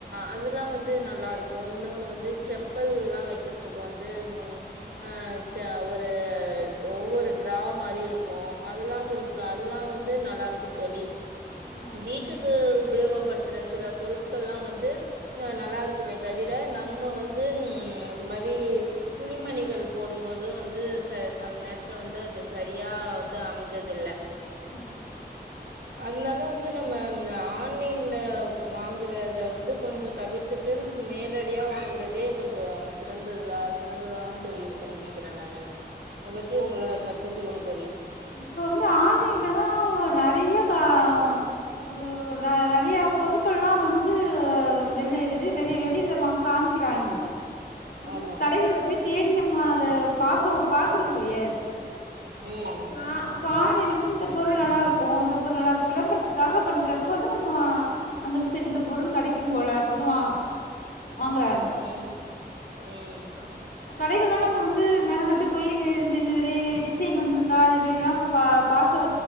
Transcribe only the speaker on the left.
ஓ ஓகேங்க
ம்.
இப்ப வந்து ஆன்லைன்லதா ஒ நெறைய கா ஒரு ஒ நெ நெறைய பொருட்கள்லா வந்து வெளி விது வெளி வெளி விதமா காமிக்கிறாங்க அப்ப வந்து
நம்ம கடைகள்ல போய் தேடி நம்ம அத பாக்க பாக்குறது கெடையாது
பா பாகைலே வந்து இந்த பொருள் நல்லாருக்கு அந்த பொருள் நல்லாருக்கு விளம்பரத்துக்காக பண்ற போது நம்ம அந்த சரி இந்த பொருள் கெடைக்கும் போல அப்டின்னு வா வாங்கறாங்க
கடைகள்ல்லா நம்ம வந்து மெனக்கட்டு போய் இது இது மாரி இது மாரி டிசைன் வந்துரு கால் மிதிலா பா பாக்க